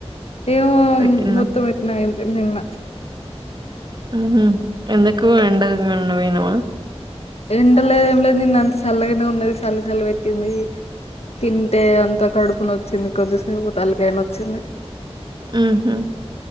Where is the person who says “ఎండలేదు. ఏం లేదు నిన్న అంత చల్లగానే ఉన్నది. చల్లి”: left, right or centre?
Left